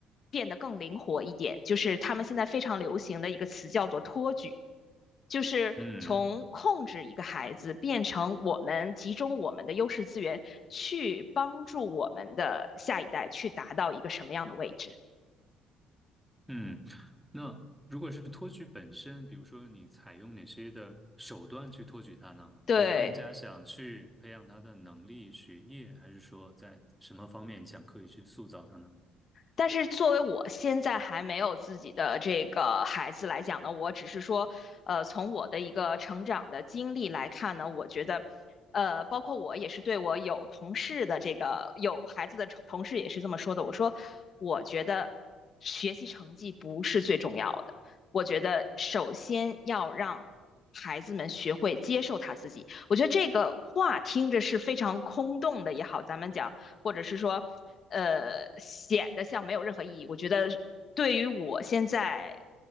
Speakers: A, on the left; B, in the centre.
A: 变得更灵活一点。就是他们现在非常流行的一个词叫做托举，就是从控制一个孩子变成我们集中我们的优势资源去帮助我们的下一代去达到一个什么样的位置。
B: 嗯。嗯，那如果是托举本身，比如说你采用哪些的手段去托举他呢？
A: 对，
B: 你更加想去培养他的能力、学业，还是说在什么方面你想刻意去塑造他呢？
A: 但是作为我现在还没有自己的这个孩子来讲呢，我只是说，呃，从我的一个成长的经历来看呢，我觉得，呃，包括我也是对我有同事的这个有孩子的同同事也是这么说的。我说，我觉得学习成绩不是最重要的，我觉得首先要让孩子们学会接受他自己。我觉得这个话听着是非常空洞的也好，咱们讲。或者是说，呃，显得像没有任何意义。我觉得对于我现在，